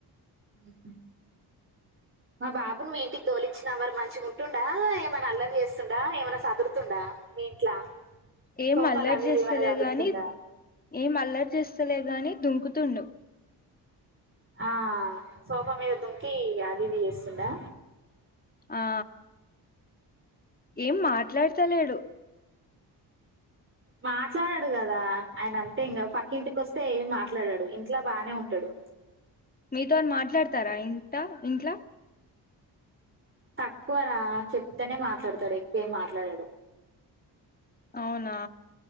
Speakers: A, on the right; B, on the left.
A: ఉ మా బాబును మీ ఇంటికి తోలిచ్చినా మరి మంచిగా ఉంటుడా ఏమన్నా అల్లరి చేస్తుండా ఏమన్నా సదురుతుండా మీ ఇంట్లా
B: ఏం
A: సోఫాలు
B: అల్లరి
A: అవి
B: చేస్తలే
A: ఇవి ఏమన్నా సదురుతుండా
B: గాని ఏం అల్లరి చేస్తలే గాని దుంకుతుండు
A: ఆ సోఫా మీద దుంకి ఇగ అది ఇది చేస్తుండా
B: ఆ ఏం మాట్లాడతలేడు
A: మాట్లాడడు గదా ఆయన అంతే ఇంగా పక్కి ఇంటికి వస్తే మాట్లాడడు ఏం ఇంట్ల బానే ఉంటాడు
B: మీతోని మాట్లాడతారా ఇంట ఇంట్లా
A: తక్కువరా చెప్తేనే మాట్లాడతడు ఎక్కువేమి మాట్లాడడు
B: అవునా